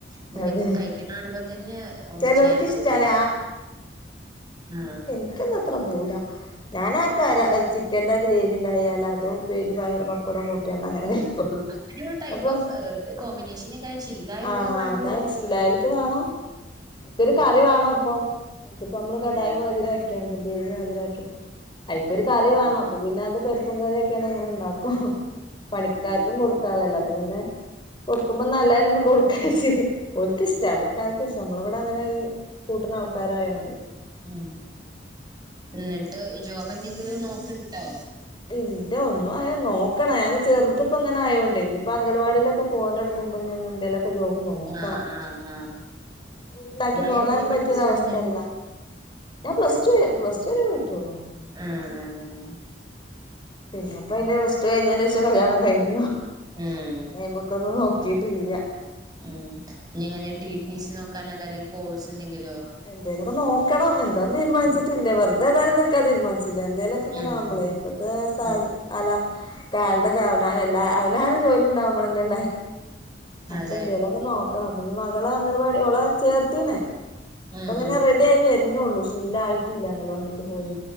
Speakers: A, on the right; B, on the left.
A: ഇങ്ങനെ
B: അതെ
A: കയിക്കണ കാണുമ്പൊത്തന്നെ ഓമിറ്റെയ്യാനൊക്കെ
B: ചെലോൽക്ക് ഇഷ്ടാണ്
A: വരും ആ
B: എക്കൊന്നും അത്ര പോവുല ഞാനാ കര ചിക്കന്റെ ഗ്രേവിണ്ടായാലതും ഉപ്പേരി പയർ പ- പ്പടവും കൂട്ടിയണ്ടങ്ങനെ കഴിക്കുള്ളൂ
A: അതൊരു ടൈപ്പ്
B: അപ്പൊ
A: ഓഫ് കോമ്പിനേഷനേക്കാരം ശീലായോൽക്ക്
B: ആ
A: അത് വാണ്ടിവരും.
B: ആഹ്. എന്താ ശിലായലക്ക് വേണം ഒത്തിരി കറി വേണോപ്പൊ അതിപ്പൊമ്മള് കടായി മധുരാക്കിയാണ്ട് ഗ്രേവി മധുരാക്കിയപ്പൊ ഐക്കൊരു കറി വേണം. അപ്പപ്പിന്നത് പരിപ്പും കറിയാക്കിയാണ്ട് അങ്ങന്ണ്ടാക്കും പണിക്കാർക്കും കൊട് ക്കളല്ല അപ്പൊപ്പിന്നെ കൊടുക്കുമ്പൊ നല്ലതെന്നാന്ന് കൊടുക്കാച്ച്. ഓൽക്കിഷ്ടാണ് ആൾക്കാർക്കിഷ്ടാ നമ്മളിവടങ്ങനെ കൂട്ടണാൾക്കാരായോണ്ടേ.
A: ഉം ഇന്നിട്ട് ജോബെന്തെങ്കിലും നോക്ക്‌ണ്ടോ
B: ഇല്ല ഒന്നും ആയ നോക്കണം അയെന്നെ ചെറുത്പ്പ്ങ്ങനായോണ്ടേ ഇനിപ്പൊ അങ്കലവാടിയിലൊക്കെ പോവലൊടങ്ങുമ്പൊ ഇന്നി എന്തേലൊക്കെ ജോബ് നോക്കണം
A: ആഹ് ആഹ് ആഹ്
B: വീട്ടിലാക്കി
A: ഇങ്ങളേതില്
B: പോകാനും
A: പഠിച്ചിക്ക്ണ്?
B: പറ്റിയൊരവസ്ഥയല്ല. ഞാൻ പ്ലസ് ടു പ്ലസ് ടു വരെയേ പോയിട്ടുള്ളൂ
A: ആഹ് ആഹ്
B: പിന്നെപ്പയിന്റെ പ്ലസ് ടു കഴിഞ്ഞയിന് ശേഷം കല്യാണം കഴിഞ്ഞു
A: ഉം
B: പിന്നെഅ മുക്കൊന്നും നോ ചീട്ടില്യ
A: ഉം പിന്നങ്ങനെ ടി പി സി നോക്കാനതല്ലെങ്കിൽ കോഴ്സെന്തെങ്കിലോ?
B: എന്തേലൊക്കെ നോക്കണം എന്താന്ന് തീരുമാനിച്ചിട്ടില്ല വെറുതേതായാലും നിക്കാൻ തീരുമാനിച്ചില്ല എന്തേലൊ ക്ക്‌ങ്ങനാവുമ്പളേ
A: ഉം ഉം
B: ഇപ്പത്തെ സാഹ
A: ഉം
B: അല്ല ഇക്കാലത്തൊക്കെ അവനവനെല്ലാ അവനവന് ജോലിയ്ണ്ടാവുമ്പളെന്നല്ലേ. അപ്പെന്തേലൊക്കെ
A: അതെ
B: നോക്കണം അപ്പിനി മകളെ അംഗൽവാടി അവളെ ചേർത്തീന്
A: ഉം
B: ഇപ്പങ്ങനെ
A: ഉം
B: റെഡിയായി വരുന്നുള്ളൂ ശീലായിട്ടില്ല അംഗൽവാടില് പോയി.
A: ഉം